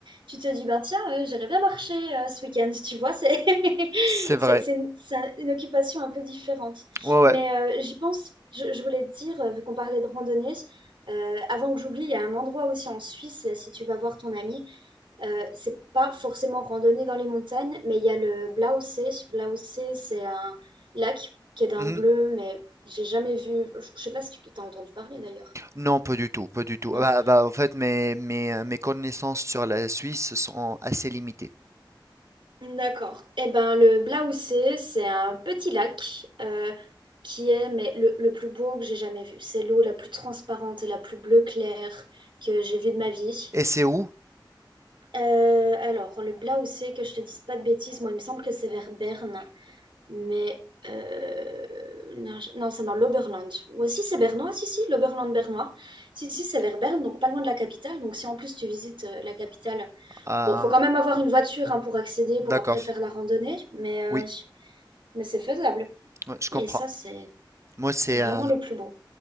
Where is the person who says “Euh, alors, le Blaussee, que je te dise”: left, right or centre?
Right